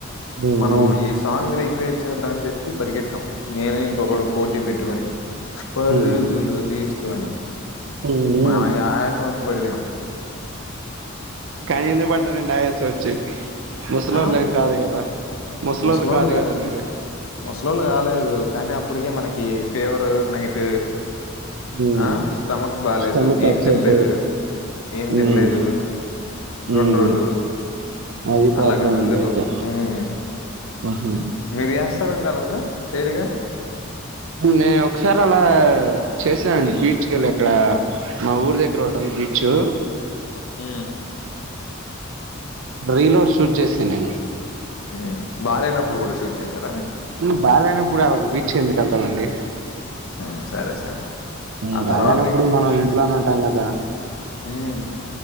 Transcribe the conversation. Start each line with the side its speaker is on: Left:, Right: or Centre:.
Right: హ్మ్
Left: మనం ఈ సాంగ్ రీక్రియేచ్ ధానికి జెప్పి పరిగెత్తాం నేను ఇంకొకడు పోటీ పెట్టుకుని పరుగులు
Right: హ్మ్
Left: తీస్ స్తు అనే
Right: హ్మ్
Left: మనకు ఆయాసం వచ్చి పడిబొయం
Right: కాని ఎందుకు పడ్డారండి ఆయాసం వచ్చీ ముసలోల్లు
Left: ఆ
Right: ఏం కాదు కదా ముసలోళ్లు
Left: ముసలోళ్ళుగా
Right: కాదు కదా మీరు
Left: ముసలోళ్ళు గాలేదు కాని గాని అప్పడికే మనకి ఫీవర్ నైట్
Right: హ్మ్
Left: ఆ స్టమక్ బాలేేదు
Right: స్టమక్
Left: ఏం
Right: అప్సెట్
Left: తిన్ లేదు ఏం
Right: హ్మ్
Left: తిన్ లేదు
Right: హ్మ్
Left: రెండు రోజులు
Right: అది ప్రాబ్లం
Left: అలాగ అందుకు
Right: అయింది అయితే
Left: మ్మ్
Right: ఆహా
Left: మిరియాస్ తరండలాగ చేయరుగా
Right: నేను ఒకసారి అలా చేసా అండి బీచ్ కెళ్ళి అక్కడా మా ఊరు దగ్గర ఒకటి ఉంది బీచ్చూ
Left: ఊ
Right: రీలోడ్ షూట్ చేసా నేను
Left: మ్మ్ బాలేనప్పుడు కూడ షూట్ చేసారా
Right: మ్మ్ బాలేనప్పుడు ఆళ్ళకి బీచ్ కి ఎందుకు ఎళ్తామండి
Left: ఉ సరే సరే
Right: మ్మ్
Left: ఆ
Right: బాలేనప్పుడు
Left: తర్వాత
Right: మనం ఇంట్లోనే ఉంటాం కదా
Left: మ్మ్